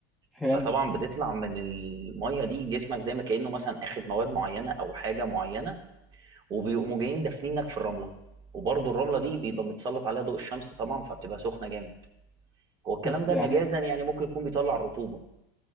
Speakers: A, in the centre; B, on the right.
A: فهمت
B: فطبعا بتطلع من الميه دي جسمك زي ما كانه مثلا اخد مواد معينه او حاجه معينه وبيقوموا جايين دافنينك في الرمله وبرضه الرمله دي بيبقى متسلط عليها ضوء الشمس طبعا فبتبقى سخنه جامد هو الكلام
A: طب
B: ده
A: يعني
B: مجازا يعني ممكن يكون بيطلع الرطوبه